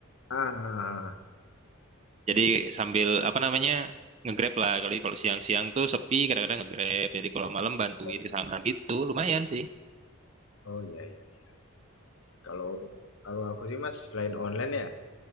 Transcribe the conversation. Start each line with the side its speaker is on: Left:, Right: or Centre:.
Left: Ah
Right: Jadi sambil apa namanya? ngegrab lah kalau kalau siang-siang tuh sepi kadang-kadang ngegrab. Jadi kalau malam bantuin
Left: oh,
Right: ke sana gitu. Lumayan sih.
Left: oh iya iya. iya. Kalau kalau aku sih mas selain online ya